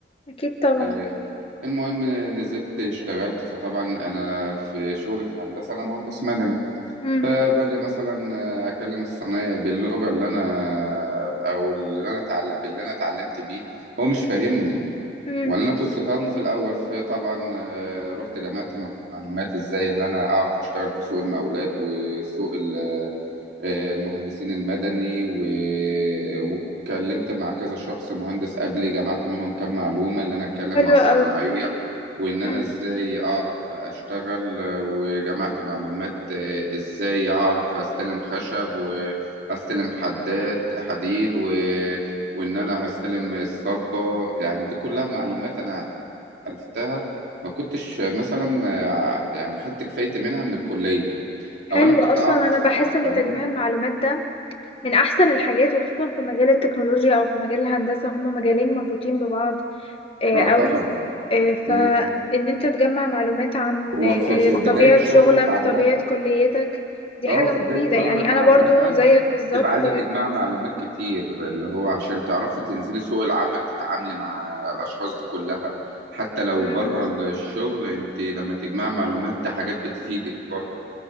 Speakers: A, on the left; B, on the right.
A: أكيد طبعا
B: آه، المهم نزلت اشتغلت فطبعا أنا في شغلة الهندسة أنا مهندس مدني
A: مم.
B: باجي مثلا آه، اكلم الصنايعي باللغه اللي انا او اللي انا اتعلم باللي انا اتعلمت بيه هو مش فاهمني
A: مم.
B: ولا انا كنت فاهمه في الاول فطبعا آه، رحت جمعت معلومات ازاي اللي انا اعرف اشتغل في سوق المقاولات وسوق ال آه، المهندسين المدني و... واتكلمت مع كذا شخص مهندس قبلي جمعت منهم كام معلومة اللي أنا أتكلم
A: حلو
B: مع الصناعية
A: أوي
B: وإن أنا
A: مم.
B: إزاي أعرف أشتغل آه، وجمعت معلومات آه، إزاي هعرف أستلم خشب وأستلم حداد حديد و... وإن أنا هستلم الصبة يعني دي كلها معلومات أنا عرفتها ما كنتش آه، مثلا آه، يعني خدت كفايتي منها من الكلية
A: حلو
B: أو أنا كنت
A: أصلا
B: أعرف
A: أنا بحس
B: آه،
A: إن
B: فاهماني؟
A: تجميع المعلومات ده من أحسن الحاجات وخصوصا في مجال التكنولوجيا أو في مجال الهندسة هما مجالين مربوطين ببعض آه،
B: آه
A: قوي
B: طبعًا،
A: آه، فإن
B: إمم،
A: أنت تجمع معلومات عن
B: هو
A: آه،
B: في في بداية
A: طبيعة
B: شغلِك
A: شغلك
B: عامةً
A: طبيعة كليتك دي
B: آه،
A: حاجة
B: في
A: مفيدة
B: بداية شغلِك
A: يعني أنا
B: عامةً
A: برضو زيك بالظبط
B: تبقى عايزة تجمعي معلومات كتير، اللي هو عشان تعرفي تنزلي سوق العمل تتعاملي مع الأشخاص دي كلها، حتى لو
A: مم.
B: برّه ال الشغل أنتِ لمّا تجمعي معلومات ده حاجات بتفيدِك برضه،